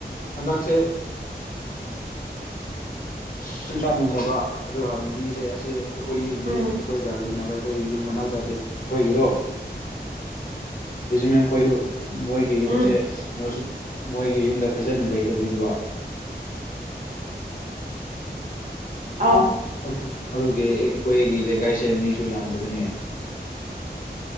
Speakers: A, on the left (about 50°); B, on the right (about 40°).
A: ꯍꯟꯗꯛꯁꯦ ꯁꯅꯨꯡꯁꯥ ꯅꯨꯡꯉꯔꯕ ꯑꯗꯨꯒ ꯃꯤꯁꯦ ꯑꯁꯤ ꯑꯩꯈꯣꯏꯒꯤ
B: ꯎꯝ
A: ꯑꯩꯈꯣꯏꯒ ꯂꯩꯅꯕ ꯑꯩꯈꯣꯏ ꯌꯨꯝ ꯃꯅꯥꯛꯇ ꯑꯩꯈꯣꯏꯒꯤꯗꯣ ꯕꯤꯖꯤꯃꯦꯟ ꯑꯩꯈꯣꯏ ꯃꯣꯏꯒꯤ ꯌꯨꯝꯁꯦ
B: ꯎꯝ
A: ꯃꯣꯏꯁꯨ ꯃꯣꯏꯒꯤ ꯌꯨꯝꯗ ꯐꯖꯅ ꯂꯩꯇꯕꯅꯦꯕ
B: ꯑꯥꯎ
A: ꯑꯗꯨ ꯑꯗꯨꯒꯤ ꯑꯩꯈꯣꯏꯒꯤ ꯂꯩꯀꯥꯏꯁꯦ ꯃꯤꯁꯨ ꯌꯥꯝꯗꯕꯅꯦ